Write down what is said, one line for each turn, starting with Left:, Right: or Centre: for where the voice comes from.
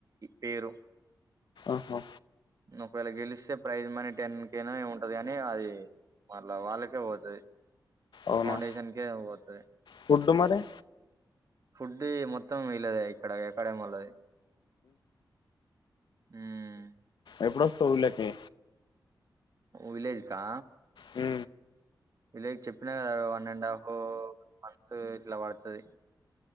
Right: పేరు
Left: ఆహా
Right: ఒకవేళ గెలి స్తే ప్రైజ్ మనీ టెన్ కే ఏమో ఉంటది కాని అది మళ్ళ వాళ్ళకే పోతుది
Left: అవునా
Right: ఫౌండేషన్ కే ఆమెకొడ్తాది
Left: ఫుడ్ మరి
Right: ఫుడ్డు మొత్తం వీళ్లదే ఇక్కడ అకాడమీ వాళ్ళది ఉమ్
Left: ఎప్పుడొస్తావు ఊళ్ళకి
Right: విలేజ్ కా
Left: హ్మ
Right: లే చెప్పినా కదా one and half one month ఇట్లా పడతది